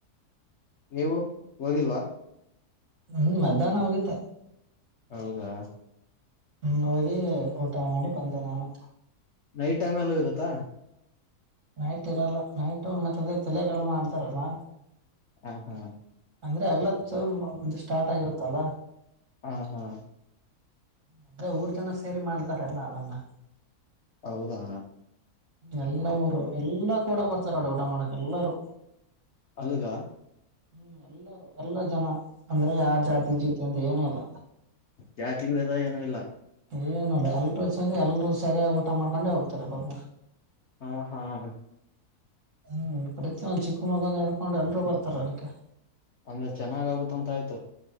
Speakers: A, on the left (about 50°); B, on the right (about 55°).
A: ನೀವು ಹೋಗಿಲ್ವಾ
B: ಹ್ಮ ಮಧ್ಯಾಹ್ನ ಹೋಗಿದ್ದ
A: ಹೌದಾ
B: ಹ್ಮ್ ಹೋಗಿ ಊಟ ಮಾಡಿ ಬಂದೆ ನಾನು
A: ನೈಟ್ ಟೈಮ್ ಎಲ್ಲೂ ಇರುತ್ತಾ
B: ನೈಟ್ ಇರಲ್ಲ ನೈಟ್ ಮತ್ತ ಅದೇ ತಲೆಕಾಲು ಮಾಡ್ತಾರಲ್ಲ
A: ಹಾ ಹಾ
B: ಅಂದ್ರೆ ಅಗ್ಲತ್ ಸ್ಟಾರ್ಟ್ ಆಗಿರತ್ತಲ್ಲ
A: ಹಾ ಹಾ
B: ಅಂದ್ರೆ ಊರ್ ಜನ ಸೇರಿ ಮಾಡ್ತಾರೆ ಎಲ್ಲ ಅವಲ್ಲ
A: ಹೌದಾ
B: ಎಲ್ಲ ಊರು ಎಲ್ಲಾ ಕೂಡ ಬರ್ತಾರ ನೋಡಿ ಊಟ ಮಾಡಕ್ ಎಲ್ಲಾರೂ
A: ನಲ್ಗ
B: ಹ್ಮ್ ಎಲ್ಲಾರು ಎಲ್ಲಾ ಜನ ಅಂದ್ರೆ ಯ ಜಾತಿ ಜ್ಯೋತಿ ಅಂತ ಏನು ಎಲ್ಲ
A: ಜಾತಿ ವೇದ ಏನುೂ ಇಲ್ಲ
B: ಏನಲ್ಲ ಎಲ್ರುೂ ಚಂದ ಎಲ್ರುೂ ಸರಿಯಾಗಿ ಊಟ ಮಾಡ್ಕೊಂಡೆ ಹೋಗ್ತಾರೆ ಬರ್
A: ಹಾ ಹಾ ಹ
B: ಹ್ಮ್ ಪ್ರತಿಯೊಂದ್ ಚಿಕ್ಕ ಮಗನ ಹಡ್ಕೊಂಡು ಎಲ್ರುೂ ಬರ್ತಾರ ಅದಕ್ಕೆ
A: ಅಂದ್ರೆ ಚೆನ್ನಾಗ ಆಗುತ್ತ ಅಂತ ಆಯ್ತು